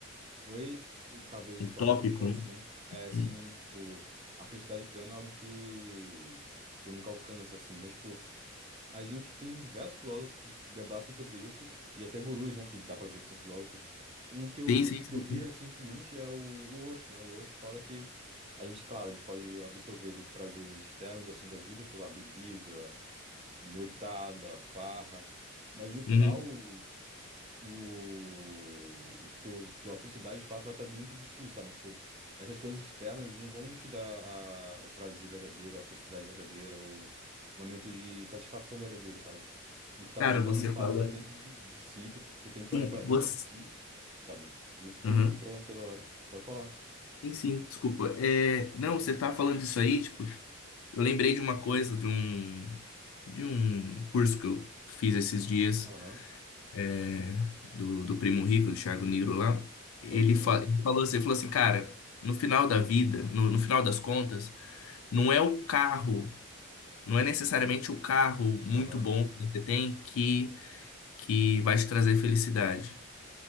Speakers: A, on the right; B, on the left.
A: Oi, e talvez o
B: Um
A: tópico,
B: tópico.
A: assim,
B: né?
A: é assim,
B: Hum.
A: tipo, a felicidade plena é algo que, que você nunca alcança, assim, mas, tipo, a gente tem diversos filósofos que debatem sobre isso, e até gurus, né, que dá pra dizer que são filósofos. Um que eu,
B: Sim, sim, sim,
A: que eu vi
B: sim.
A: recentemente é o, o Osho, né, o Osho fala que a gente, claro, a gente pode absorver dos prazeres externos, assim, da vida, sei lá, bebida, noitada, farra, mas no final
B: Uhum.
A: o, o teu, tua felicidade de fato vai estar dentro de si, sabe? Tipo, essas coisas externas não vão te dar a- o prazer verdadeiro, a felicidade verdadeira, o momento de satisfação verdadeiro, sabe? O que tá
B: Cara,
A: buscando
B: você
A: de fato
B: fala.
A: tá dentro de, de si, tu, tu tem que
B: Sim,
A: olhar pra dentro
B: você.
A: de si, sabe? Isso que,
B: Uhum.
A: que, é, o- que é da hora. Pode falar.
B: Sim, sim, desculpa. É, não, você tá falando isso aí, tipo, Eu lembrei de uma coisa, de um, de um curso que eu fiz esses dias,
A: Aham,
B: é, do, do Primo Rico, do Thiago Nigro lá. Ele,
A: pode crer.
B: fa- ele falou assim, ele falou assim, cara, no final da vida, no, no final das contas, não é o carro, não é necessariamente o carro muito
A: Aham.
B: bom que você tem que, que vai te trazer felicidade.